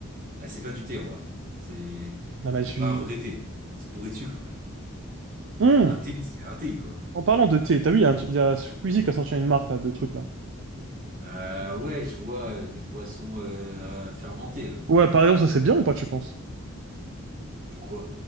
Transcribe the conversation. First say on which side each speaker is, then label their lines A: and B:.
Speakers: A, on the right (about 40°); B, on the right (about 60°).
A: ah, c'est pas du thé, en vrai. C'est,
B: Là, bah,
A: c'est
B: je suis-
A: pas un vrai thé. C'est bourré de sucre,
B: Hum
A: Un thé, c'est un thé, quoi.
B: En parlant de thé, t'as vu, il y a, un truc- il y a Squeezie qui a sorti une marque, là, de trucs, là.
A: Euh, ouais, je vois euh, des boissons euh, fermentées, là.
B: Ouais, par exemple, ça, c'est bien ou pas, tu penses?
A: Pourquoi?